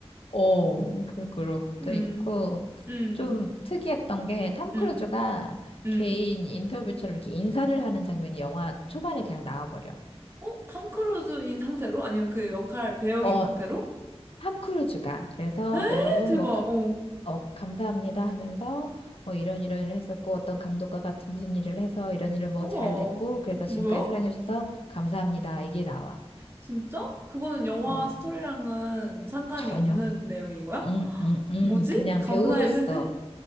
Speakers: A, on the left; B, on the right.
A: 어, 그, 그럴
B: 음,
A: 도 있고,
B: 음,
A: 좀 특이했던 게, 탐
B: 음,
A: 크루즈가
B: 음.
A: 개인 인터뷰처럼 이렇게 인사를 하는 장면이 영화 초반에 그냥 나와버려.
B: 어? 톰 크루즈인 상태로? 아니면 그 역할 배역인
A: 어,
B: 상태로?
A: 탐 크루즈가. 그래서 여러분,
B: 에, 대박,
A: 뭐, 가-
B: 어.
A: 어, 감사합니다 하면서, 뭐, 이런 이런 일을 했었고, 어떤 감독과 같은 무슨 일을 해서 이런 일을 뭐
B: 우와.
A: 잘 됐고, 그래서
B: 뭐야?
A: 지금까지 사랑해주셔서 감사합니다. 이게 나와.
B: 진짜? 그거는 영화
A: 어,
B: 스토리랑은 상관이
A: 전혀.
B: 없는 내용인 거야?
A: 응, 응, 응.
B: 뭐지?
A: 그냥
B: 감사의
A: 배우로서,
B: 편지?